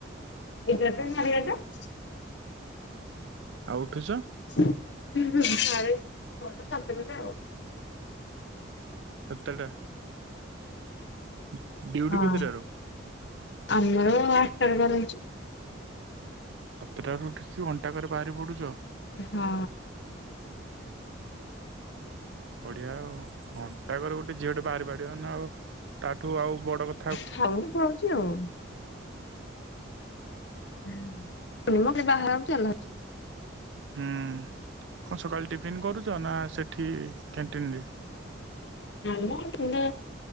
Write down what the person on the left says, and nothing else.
ଏଗାରଟା, ସାଢ଼େ ଏଗାରଟା।
ହୁଁ, ହୁଁ ସାଢ଼େ ଛଅଟା, ସାତଟାରେ ଆଉ।
ହଁ।
ଆମର ଆଠଟା ରେ ବାହାରୁଚୁ।
ହଁ।
ଖାଉନି ପଳଉଛି ଆଉ। <inaudible>
ନାଇମ <unintelligible> ନା